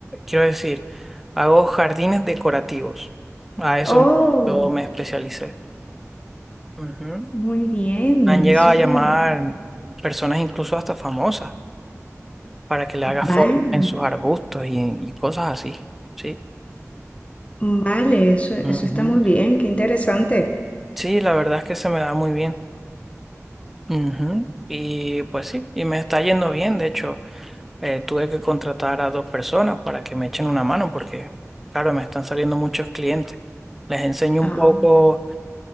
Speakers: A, in the centre; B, on the left.
A: Quiero decir, hago jardines decorativos. A eso
B: Oh,
A: me- yo me especialicé. Ujú.
B: muy bien,
A: Han llegado
B: eso
A: a
B: es
A: llamar
B: muy bien.
A: personas incluso hasta famosas para que le haga formas
B: Vale,
A: en sus arbustos y, y cosas así. Sí.
B: vale, eso, eso
A: Ujú.
B: está muy bien, qué interesante.
A: Sí, la verdad es que se me da muy bien. Ujú. Y pues sí, y me está yendo bien. De hecho, eh, tuve que contratar a dos personas para que me echen una mano porque, claro, me están saliendo muchos clientes. Les enseño
B: Ah,
A: un poco